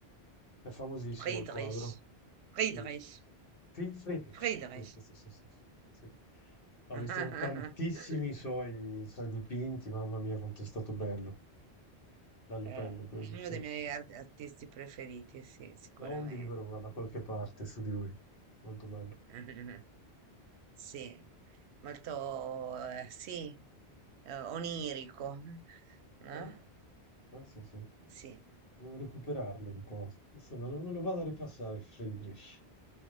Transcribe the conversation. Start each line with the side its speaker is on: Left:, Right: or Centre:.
Left: È famosissimo
Right: Friedrich,
Left: il quadro.
Right: Friedrich,
Left: Sì. Fi- Friedrich.
Right: Friedrich.
Left: Sì, sì, sì, sì, sì. Sì. Ho
Right: <laughs>
Left: visto tantissimi suoi, suoi dipinti, mamma mia, quanto è stato bello. Bello,
Right: Eh,
Left: bello quello,
Right: è uno
Left: sì.
Right: dei miei ar- artisti preferiti, sì, sicuramente.
Left: No, un libro ma da qualche parte su di lui, molto bello.
Right: <laughs> Sì, molto, eh, sì, eh, onirico, no?
Left: Eh? Eh, sì, sì.
Right: Sì.
Left: Devo recuperarlo un po'. Insomma, non me lo vado a ripassare, Friedrich.